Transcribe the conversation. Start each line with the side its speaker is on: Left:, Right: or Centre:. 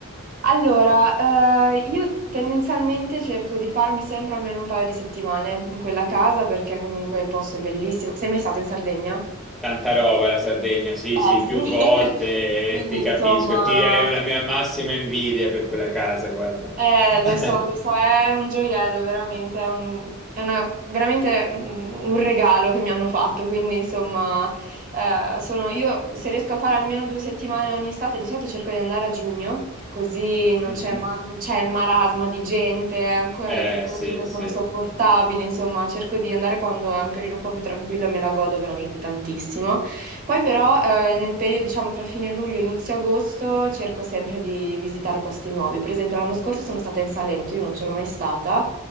Right: allora, eh, io tendenzialmente cerco di farmi sempre almeno un paio di settimane in quella casa perché comunque il posto è bellissimo. Sei mai stato in Sardegna?
Centre: Tanta roba la Sardegna, sì,
Right: Eh
Centre: sì,
Right: sì,
Centre: più volte,
Right: <laughs> quindi
Centre: eh, ti
Right: insomma
Centre: capisco, e ti è la mia massima invidia per quella casa, guarda.
Right: Eh,
Centre: <laughs>
Right: lo so, lo so, è un gioiello, veramente, è un, è una- veramente un un regalo che mi hanno fatto, quindi insomma, eh, sono, io se riesco a fare almeno due settimane ogni estate, di solito cerco di andare a giugno, così non
Centre: Mhm.
Right: c'è ma- non c'è il marasma di gente, ancora
Centre: Eh,
Right: le temperature
Centre: sì, sì.
Right: sono sopportabili, insomma, cerco di andare quando è un periodo un po' più tranquillo e me la godo veramente tantissimo. Poi però eh, nel periodo, diciamo, tra fine luglio e inizio agosto cerco sempre di visitare posti nuovi. Per esempio, l'anno scorso sono stata in Salento, io non c'ero mai stata.